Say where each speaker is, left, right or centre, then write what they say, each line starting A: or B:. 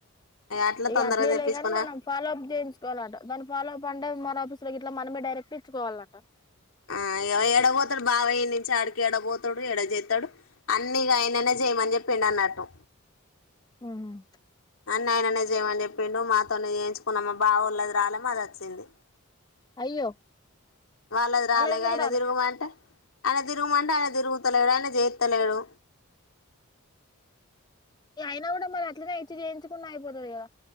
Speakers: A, on the left; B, on the left.
A: అట్లా
B: ఇగ
A: తొందరగా
B: ఆ అట్లేలే
A: తెప్పించుకున్నా
B: కాని మనం ఫాలో అప్ చేయించుకోవాలట దాని ఫాలో అప్ అంటే ఎమ్ ర్ ఓ ఆఫీస్ లో గిట్లా మనమే డైరేక్ట్ ఇచ్చుకోవాలంట
A: ఆ ఎడ వోతాడు బావ ఇడి నుంచి ఆడికి ఎడ వోతాడు ఎడ చేతడు. అన్నీగాయననే చేయమని చెప్పిండు అన్నట్టు
B: ఉమ్
A: అన్ని ఆయననే చేయమని చెప్పిండు మాతోనేయించుకున్నామా బావోలాది రాలే మాది వచ్చింది.
B: అయ్యో
A: వాళ్ళది
B: మళ్ళ
A: రాలే
B: ఎందుకు
A: ఆయన తిరుగుమాంటే ఆయన తిరుగుమంటే ఆయన తిరుగుతలడు ఆయన జైత్తలేడు
B: ఇగ అయినా కూడా మరి అట్లనే ఇచ్చి చేయించుకున్నా అయిపోతది గదా